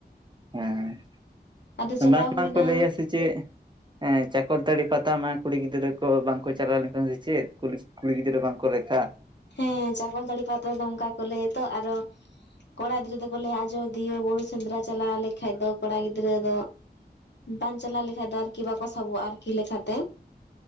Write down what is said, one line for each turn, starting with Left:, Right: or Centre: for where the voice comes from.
Right: ᱦᱮᱸ,
Left: ᱟᱫᱚ ᱪᱟᱞᱟᱣ
Right: ᱵᱟᱝ ᱢᱟ
Left: ᱦᱩᱭᱱᱟ
Right: ᱠᱚ ᱞᱟᱹᱭᱟ ᱥᱮ ᱪᱮᱫ? ᱮᱸ ᱪᱟᱠᱚᱞᱛᱟᱲᱤ ᱯᱟᱛᱟ ᱢᱟ ᱠᱩᱲᱤ ᱜᱤᱫᱽᱨᱟᱹ ᱠᱚ ᱵᱟᱝ ᱠᱚ ᱪᱟᱞᱟᱣ ᱞᱮᱱᱠᱷᱟᱱ ᱥᱮ ᱪᱮᱫ ᱠᱩᱞᱤ ᱠᱩᱲᱤ ᱜᱤᱫᱽᱨᱟᱹ ᱵᱟᱝᱠᱚ ᱞᱮᱠᱷᱟᱜ-ᱟ᱾
Left: ᱦᱮᱸ ᱪᱟᱠᱚᱞᱛᱟᱲᱤ ᱯᱟᱛᱟ ᱫᱚ ᱚᱱᱠᱟ ᱠᱚ ᱞᱟᱹᱭᱟ ᱛᱚ ᱟᱨᱚ ᱠᱚᱲᱟ ᱜᱤᱫᱽᱨᱟᱹ ᱫᱚᱠᱚ ᱞᱟᱹᱭᱟ ᱟᱡᱚᱫᱤᱭᱟᱹ ᱵᱩᱨᱩ ᱥᱮᱸᱫᱽᱨᱟ ᱪᱟᱞᱟᱣ ᱞᱮᱠᱷᱟᱡ ᱫᱚ ᱠᱚᱲᱟ ᱜᱤᱫᱽᱨᱟᱹ ᱫᱚ ᱵᱟᱝ ᱪᱟᱞᱟᱣ ᱞᱮᱠᱷᱟᱡ ᱫᱚ ᱟᱨᱠᱤ ᱵᱟᱠᱚ ᱥᱟᱵᱚᱜᱼᱟ ᱟᱨᱠᱤ ᱞᱮᱠᱷᱟ ᱛᱮ᱾